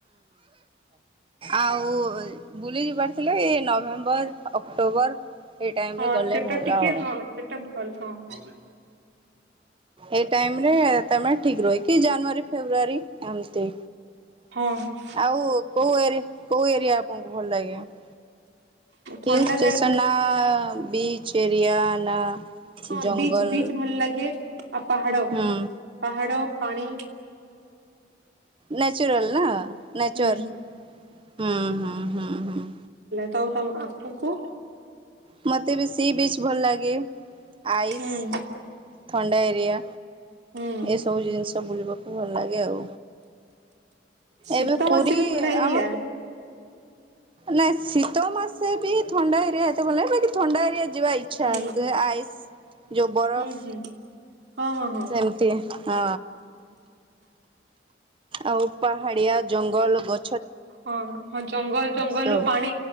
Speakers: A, on the right (about 30°); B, on the right (about 65°).
A: ଆଉ। ବୁଲି ଯିବାରଥିଲେ ଏଇ ନଭେମ୍ବର ଅକ୍ଟୋବର। ଏଇ ଟାଇମରେ
B: ହଁ
A: ଗଲେ
B: ସେଟା
A: ଭଲ
B: ଟିକେ
A: ଆଉ।
B: ହଁ ସେଟା ଭଲ ହଁ। <inaudible>
A: ଏଇ ଟାଇମ ରେ ତମେ। ଠିକ୍ ରହେ କି ଜାନୁଆରୀ ଫେବୃୟାରୀ ଏମତି।
B: ହଁ
A: ଆଉ କୋଉ ଏରି କୋଉ ଏରିଆ ଆପଣଙ୍କୁ ଭଲ ଲାଗେ। ହ <inaudible>
B: ଥଣ୍ଡା
A: ହିଲ୍ ଷ୍ଟେସନ୍
B: ଜାଗା
A: ନାବ। ବିଚ ଏରିଆ ନା।
B: ହଁ
A: ଜଙ୍ଗଲ
B: ବିଚ ବିଚ୍ ଭଲ ଲାଗେ। ଆଉ ପାହାଡ
A: ହୁଁ
B: ପାହାଡ ପାଣି।
A: ନାଚୁରାଲ ନା। ନେଚର
B: ହୁଁ
A: ହୁଁ ହୁଁ ହୁଁ ହୁଁ।
B: ତଉ ତଉ ଆପଙ୍କୁ।
A: ମୋତେ ବି ସି ବିଚ୍ ଭଲ ଲାଗେ। ଆଇସ୍।
B: ହୁଁ
A: ଥଣ୍ଡା ଏରିଆ।
B: ହୁଁ
A: ଏସବୁ ଜିନିଷ ବୁଲିବ କ ଭଲ ଲାଗେ ଆଉ
B: ଶୀତ
A: ଏବେ ପୁରୀ
B: ମାସେ ବି ଥଣ୍ଡା ଏରିଆ
A: ଆମ୍। ନାଇଁ ଶୀତ ମାସେ ବି ଥଣ୍ଡା ଏରିଆ ଏ ସେତେଵଲେ ଥଣ୍ଡା ଏରିଆ। ଯିବା ଇଛା
B: ହୁଁ
A: ତେନେ ଆଇସ ଯୋଉ ବରଫ।
B: ହୁଁ ହୁଁ ହଁ ହଁ ହଁ
A: ଚେମତି ହଁ। ଆଉ ପାହାଡ଼ିଆ। ଜଙ୍ଗଲ ଗ
B: ହଁ ହଁ ଜଙ୍ଗଲ ଜଙ୍ଗଲରୁ
A: ସବୁ।
B: ପାଣି